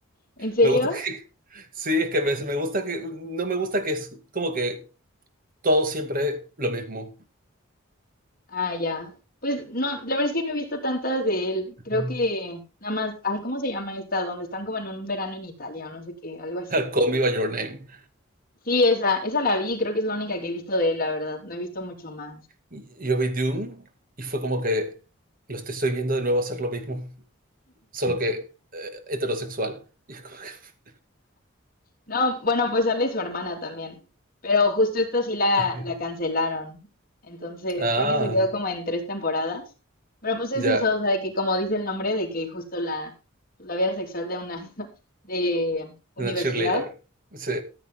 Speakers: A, on the left (about 45°); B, on the right (about 40°).
A: ¿En serio?
B: Me gusta. <laughs> Sí, es que me, me gusta que. No me gusta que es como que todo siempre lo mismo.
A: Ah, ya. Pues no, la verdad es que no he visto tantas de él.
B: <laughs>
A: Creo que nada más, ay, ¿cómo se llama esta? Donde están como en un verano en Italia o no sé qué, algo así.
B: Call me by your name.
A: Sí, esa, esa la vi, creo que es la única que he visto de él, la verdad. No he visto mucho más.
B: Y- Yo vi Dune y fue como que lo estoy estoy viendo de nuevo hacer lo mismo, solo que eh, heterosexual. Y es como que.
A: No, bueno, pues sale su hermana también, pero justo esta sí la,
B: <laughs>
A: la cancelaron. Entonces,
B: Ah,
A: creo que se quedó como en tres temporadas. Pero pues es
B: ya.
A: eso, o sea, de que como dice el nombre, de que justo la, pues, la vida sexual de una <laughs> de universidad.
B: Una cheerleader. Sí,